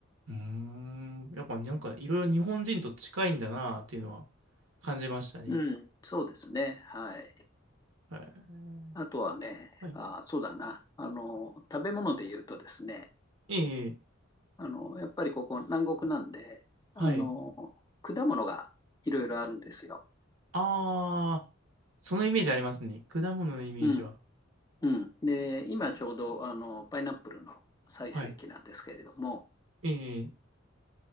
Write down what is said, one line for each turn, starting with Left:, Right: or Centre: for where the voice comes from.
Right: うーん。やっぱなんかいろいろ日本人と近いんだなっていうのは感じましたね。
Left: うん、そうですね。はい。
Right: はい。
Left: あとはね、
Right: はい。
Left: あ、そうだな。あの、食べ物で言うとですね、
Right: ええ、
Left: あの、やっぱりここ南国なんで、
Right: はい。
Left: あの、果物がいろいろあるんですよ。
Right: ああ、そのイメージありますね。果物のイメージは。
Left: うん、うん。で、今ちょうど、あの、パイナップルの最盛期なんですけれども、
Right: はい。ええ、